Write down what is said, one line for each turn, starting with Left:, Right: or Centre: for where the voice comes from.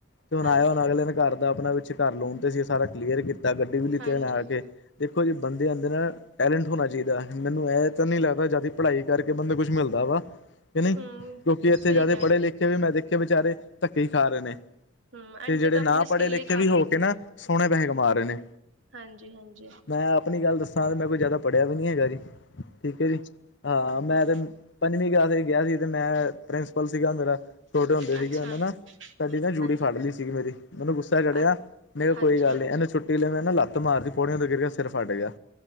Left: ਤੇ ਹੁਣ
Right: ਹਾਂਜੀ,
Left: ਆਇਆੁ ਅਗਲੇ ਦੇ ਘਰ ਦਾ ਆਪਣਾ ਪਿਛੇ ਘਰ ਲੋਨ 'ਤੇ ਸੀਂ, ਸਾਰਾ ਕਲੀਅਰ ਕੀਤਾ, ਗੱਡੀ ਵੀ ਲਿੱਤੀ
Right: ਹਾਂਜੀ
Left: ਆ ਕੇ ਦੇਖੋ ਜੀ ਬੰਦੇ ਅੰਦਰ ਟੈਲੈਂਟ ਹੋਣਾ ਚਾਹੀਦਾ। ਮੈਨੂੰ ਇਹ ਤਾਂ ਨਹੀ ਲੱਗਦਾ ਵੀ ਜ਼ਿਆਦਾ ਪੜ੍ਹਾਈ ਕਰਕੇ ਬੰਦੇ ਨੂੰ ਕੁਛ ਮਿਲਦਾ ਵਾ ਕਿ ਨੀ,
Right: ਹੂੰ।
Left: ਕਿਉਂਕਿ ਇੱਥੇ
Right: ਸਹੀ
Left: ਜਿਆਦੇ
Right: ਕਹਿ
Left: ਪੜ੍ਹੇ-
Right: ਰਹੇ ਹੋ,
Left: ਲਿਖੇ ਵੀ ਮੈਂ ਦੇਖਿਆ ਵਿਚਾਰੇ ਧੱਕੇ ਈ ਖਾ ਰਹੇ ਨੇ
Right: ਹੂੰ ਐਂਡ
Left: ਤੇ ਜਿਹੜੇ
Right: ਤਾਂ
Left: ਨਾ
Right: ਆਪਣੀ
Left: ਪੜ੍ਹੇ
Right: ਸਕਿੱਲ
Left: ਲਿਖੇ
Right: ਹੀ ਕੰਮ
Left: ਵੀ ਹੋ
Right: ਆਂਦੀ
Left: ਕੇ ਨਾ ਸੋਹਣੇ ਪੈਸੇ ਕਮਾ ਰਹੇ ਨੇ
Right: ਹਾਂਜੀ- ਹਾਂਜੀ।
Left: ਮੈਂ ਆਪਣੀ ਗੱਲ ਦੱਸਾਂ, ਮੈਂ ਕੋਈ ਜ਼ਿਆਦਾ ਪੜ੍ਹਿਆ ਵੀ ਨੀ ਹੈਗਾ ਜੀ ਠੀਕ ਹੈ ਜੀ। ਹਾਂ, ਮੈਂ
Right: ਹੂੰ
Left: ਤੇ ਪੰਜਵੀਂ ਕਲਾਸ ਵਿੱਚ ਗਿਆ ਸੀ ਤੇ ਮੈਂ ਪ੍ਰਿੰਸੀਪਲ ਸੀਗਾ ਮੇਰਾ, ਛੋਟੇ ਹੁੰਦੇ ਸੀਗੇ
Right: ਅੱਛਾ,
Left: ਉਹੇ ਨਾ ਸਾਡੀ ਨਾ ਜੂੜੀ
Right: ਹਾਂਜੀ।
Left: ਫੜ ਲਈ ਸੀਗੀ, ਮੇਰੀ ਮੈਨੂੰ ਗੁੱਸਾ ਚੜਿਆ,
Right: ਅ
Left: ਮੈਂ ਕਿਹਾ
Right: ਹਾਂਜੀ,
Left: ਕੋਈ ਗੱਲ ਨੀ ਇਹਨੂੰ ਚਛੁੱ ਟੀਲੇ ਮੈਂ ਨਾ ਲੱਤ ਮਾਰਦੀ ਪੌੜੀਆਂ ਤੋਂ ਗਿਰ ਗਿਆ ਸਿਰ ਫੱਟ ਗਿਆ